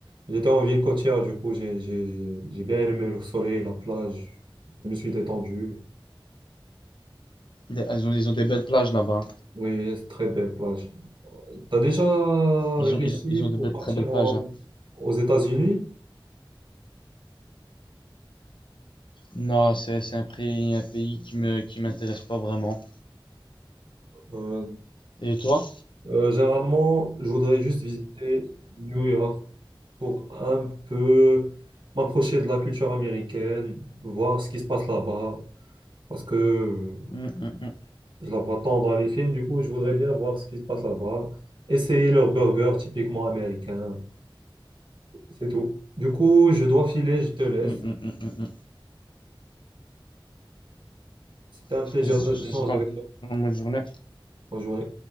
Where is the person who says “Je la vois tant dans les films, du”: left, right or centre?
Right